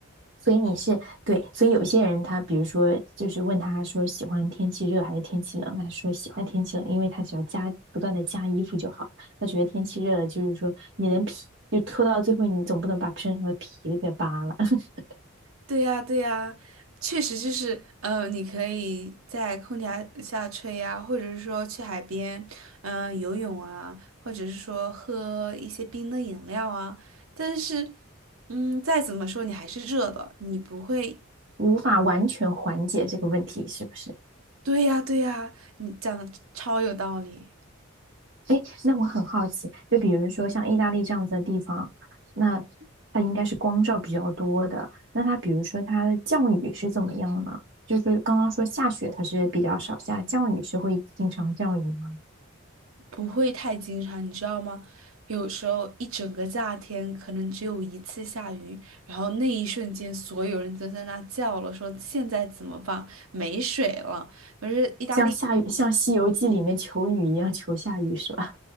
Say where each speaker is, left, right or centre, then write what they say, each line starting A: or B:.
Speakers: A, on the right; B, on the right.
A: 所以你是对，所以有些人他，比如说，就是问他说喜欢天气热还是天气冷，他说喜欢天气冷，因为他只要加不断的加衣服就好。他觉得天气热了，就是说你连皮就脱到最后，你总不能把身上的皮给扒了，<laughs>
B: 对呀，对呀，确实就是，嗯，你可以在空调下吹呀，或者是说去海边，嗯、游泳啊，或者是说喝一些冰的饮料啊。但是，嗯，再怎么说你还是热的，你不会。
A: 无法完全缓解这个问题，是不是？
B: 对呀，对呀，你讲的超有道理。
A: 哎，那我很好奇，就比如说像意大利这样子的地方，那它应该是光照比较多的。那它比如说它的降雨是怎么样呢？就是刚刚说下雪它是比较少下，降雨是会经常降雨吗？
B: 不会太经常，你知道吗？有时候一整个夏天可能只有一次下雨，然后那一瞬间所有人都在那叫了，说现在怎么办？没水了。可是意大利，
A: 像下雨，像《西游记》里面求雨一样求下雨是吧？